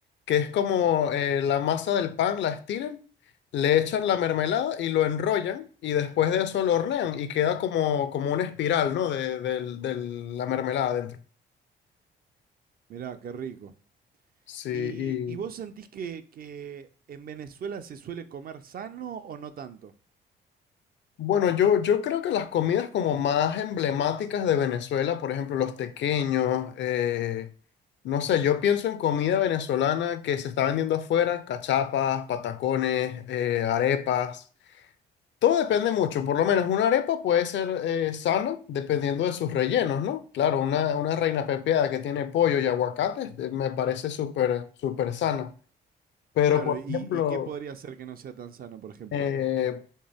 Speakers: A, on the left (about 65°); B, on the right (about 50°).
A: que es como eh, la masa del pan, la estiran, le echan la mermelada y lo enrollan y después de eso lo hornean y queda como, como una espiral, ¿no? De, del- del- la mermelada adentro.
B: Mirá, qué rico.
A: Sí,
B: ¿Y,
A: y
B: y vos sentís que, que en Venezuela se suele comer sano o no tanto?
A: bueno, yo, yo creo que las comidas como más emblemáticas de Venezuela, por ejemplo, los tequeños, eh, no sé, yo pienso en comida venezolana que se está vendiendo afuera, cachapas, patacones, eh, arepas. Todo depende mucho, por lo menos una arepa puede ser eh, sana dependiendo de sus rellenos, ¿no? Claro, una, una reina pepiada que tiene pollo y aguacate eh, me parece súper, súper sana. Pero,
B: Claro,
A: por
B: ¿y, y
A: ejemplo,
B: qué podría hacer que no sea tan sano, por ejemplo?
A: eh,